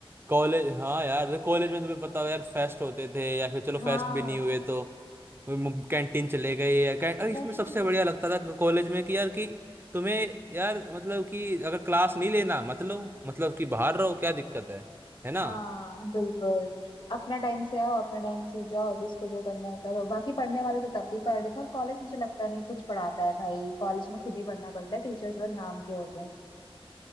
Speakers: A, on the right; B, on the left.
A: कॉलेज हाँ यार मतलब कॉलेज में तुम्हें पता हो यार फेस्ट होते थे या फिर चलो
B: हाँ
A: फेस्ट भी नहीं हुए तो कैंटीन चले गए या कै... और इसमें
B: वही
A: सबसे बढ़िया लगता था कॉलेज में कि यार कि तुम्हें यार मतलब कि अगर क्लास नहीं लेना मतलब मतलब कि बाहर रहो क्या दिक्कत है है ना
B: हाँ बिल्कुल अपना टाइम से आओ अपना टाइम से जाओ जिसको जो करना है करो बाकी पढ़ने वाले तो तब भी पढ़ रहे थे और कॉलेज मुझे लगता नहीं कुछ पढ़ाता है भाई कॉलेज में खुद ही पढ़ना पड़ता है टीचर्स वर्ग नाम के होते हैं